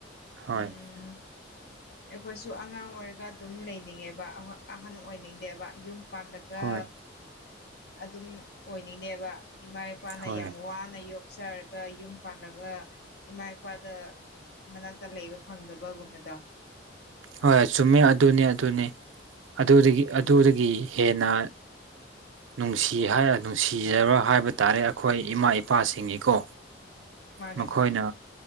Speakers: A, on the right; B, on the left.
A: ꯍꯣꯏ
B: ꯎꯝ ꯑꯩꯈꯣꯏꯁꯨ ꯑꯉꯥꯡ ꯑꯣꯏꯔꯒ ꯑꯗꯨꯝ ꯂꯩꯅꯤꯡꯉꯦꯕ ꯑꯍꯟ ꯑꯣꯏꯅꯤꯡꯗꯦꯕ ꯌꯨꯝ ꯄꯥꯜꯂꯒ
A: ꯍꯣꯏ
B: ꯑꯗꯨꯝ ꯑꯣꯏꯅꯤꯡꯗꯦꯕ ꯏꯃꯥ ꯏꯄꯥꯅ
A: ꯍꯣꯏ
B: ꯌꯥꯝ ꯋꯥꯅ ꯌꯣꯛꯆꯔꯒ ꯌꯨꯝ ꯄꯥꯜꯂꯒ ꯏꯃꯥ ꯏꯄꯥꯗ ꯃꯅꯥꯛꯇ ꯂꯩꯕ ꯐꯪꯗꯕꯒꯨꯝꯕꯗ
A: ꯍꯣꯏ ꯆꯨꯝꯃꯦ ꯑꯗꯨꯅꯤ ꯑꯗꯨꯅꯤ ꯑꯗꯨꯗꯒꯤ ꯑꯗꯨꯗꯒꯤ ꯍꯦꯟꯅ ꯅꯨꯡꯁꯤ ꯅꯨꯡꯁꯤꯖꯕ ꯍꯥꯏꯕ ꯇꯥꯔꯦ ꯑꯩꯈꯣꯏ ꯏꯃꯥ ꯏꯄꯥꯁꯤꯡꯒꯤꯀꯣ
B: ꯃꯥꯅꯦ
A: ꯃꯈꯣꯏꯅ
B: ꯃꯥꯅꯦ